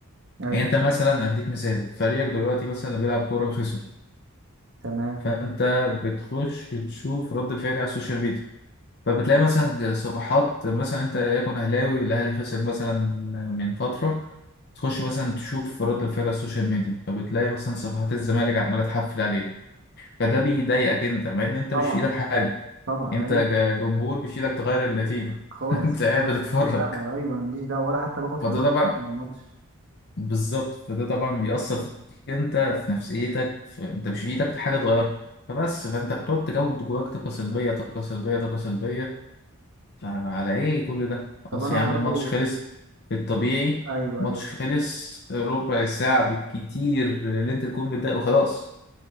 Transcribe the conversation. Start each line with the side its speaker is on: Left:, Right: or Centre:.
Right: ايوه
Left: يعني انت مثلا
Right: ايوه
Left: اديك مثال فريقك دلوقتي مثلا اللي بيلعب كورة خسر
Right: تمام
Left: فانت بتخش تشوف رد الفعل على السوشيال ميديا فبتلاقي مثلا صفحات مثلا انت يكون اهلاوي الاهلي خسر مثلا من فتره تخش مثلا تشوف رد الفعل على السوشيال ميديا فبتلاقي مثلا صفحات الزمالك عماله تحفل عليك فده بيضايقك انت مع ان انت مش
Right: طبعا
Left: في ايدك حاجه
Right: طبعا
Left: انت
Right: ايوه
Left: ج- جمهور مش في ايدك تغير النتيجه
Right: خالص
Left: <laughs> انت قاعد
Right: ولا أنا
Left: بتتفرج
Right: ماليش دعوة أيوة أنا ماليش دعوة ولا حتى باخد
Left: فده
Right: فلوس
Left: طبعا
Right: حتى من الماتش
Left: بالظبط فده طبعا بيأثر فيك انت في نفسيتك في... انت مش في ايدك حاجه تغيرها فبس فانت بتقعد تجود جواك طاقه سلبيه طاقه سلبيه طاقه سلبيه فعلى ايه كل ده خلاص
Right: طب أنا
Left: يا
Right: برضو
Left: عم الماتش خلص في الطبيعي
Right: أيوة
Left: ماتش
Right: أيوة
Left: خلص ربع ساعه بالكتير اللي انت تكون متضايق وخلاص